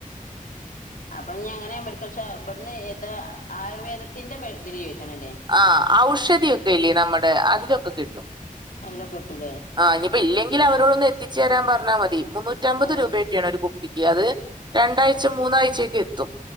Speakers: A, on the left (about 70°); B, on the right (about 30°).
A: അപ്പൊ നീ അങ്ങനെ മെഡിക്കൽ ഷ ഇടുന്ന് ഏത്ത ആയുർവേദത്തിന്റെ മ ഇതില് ചോദിച്ചണല്ലേ
B: ആ ഔഷധിയൊക്കെ ഇല്ലേ നമ്മുടെ അതിലൊക്കെ കിട്ടും
A: അയ്‌ല്ല കൂട്ടൂല്ലേ
B: ആ്നിപ്പോ ഇല്ലെങ്കിൽ അവരോട ഒന്ന് എത്തിച്ചു തരാൻ പറഞ്ഞാൽ മതി മുന്നൂറ്റ മ്പത്
A: ആഹ്
B: രൂപയൊട്ടെയാണ് ഒരു അത് രണ്ടാഴ്ച മൂന്നാഴ്ചക്ക എത്തും